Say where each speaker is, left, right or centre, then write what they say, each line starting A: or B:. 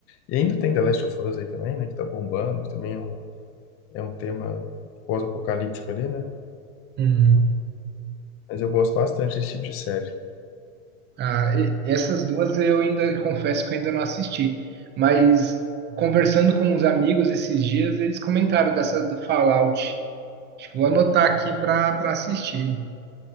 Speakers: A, on the left; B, on the right.
A: E ainda tem The Last of Us aí também, né? Que tá bombando, que também é um, é um tema pós-apocalíptico ali, né?
B: Uhum.
A: Mas eu gosto bastante desse tipo de série.
B: Ah, e- essas duas eu ainda confesso que eu ainda não assisti, mas conversando com uns amigos esses dias, eles comentaram dessa do Fallout. Acho que vou anotar aqui para para assistir.